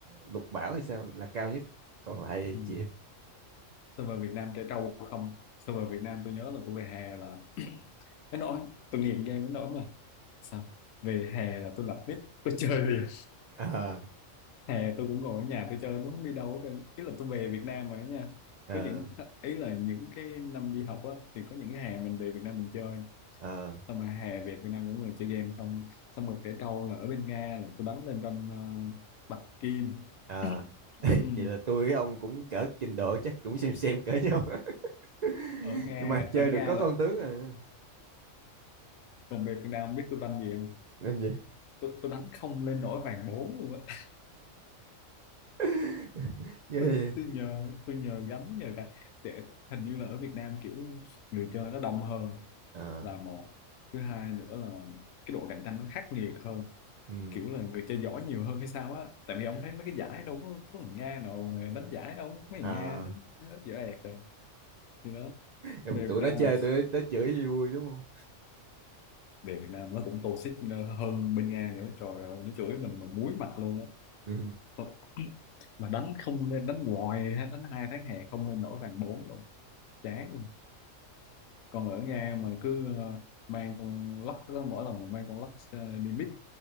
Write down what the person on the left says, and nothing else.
Ừ.
sao về Việt Nam trẻ trâu không sao về Việt Nam tôi nhớ là tôi về hè là <clears throat> đến nỗi tôi nghiện game đến nỗi mà sao về hè là tôi lập nick tôi chơi liền
hè tôi cũng ngồi ở nhà tôi chơi nó không đi đâu hết trơn. ý là tôi về Việt Nam rồi đó nha
có những ý là những cái năm đi học á thì có những cái hè mình về Việt Nam mình chơi
xong rồi hè về Việt Nam những người chơi game không xong rồi trẻ trâu là ở bên Nga là tôi đánh lên ranh ờ, Bạch Kim
<clears throat>
ừ.
ở Nga
ở
Nga
là
còn về Việt Nam biết tôi đánh gì không
tôi tôi đánh không lên nổi vàng bốn luôn á
<laughs>
tôi
tôi nhờ tôi nhờ gánh nhờ cả để hình như là ở Việt Nam kiểu người chơi nó đông hơn
là một thứ hai nữa là cái độ cạnh tranh nó khắc nghiệt hơn
kiểu là người chơi giỏi nhiều hơn hay sao á tại vì ông thấy mấy cái giải đâu có, có người Nga nào đánh giải đâu mấy
người Nga nó nó dở ẹt rồi thì đó
về
Việt Nam
là
về Việt Nam nó cũng toxic hơn bên Nga nữa trời ơi nó chửi mình mà muối mặt luôn á
Thôi, mà đánh không nên đánh hoài ha, đánh hai tháng hè không nên nổi vàng bốn luôn chán luôn còn ở Nga mà cứ ờ, mang con lắc đó, mỗi lần mà mang con lắc ờ, đi mix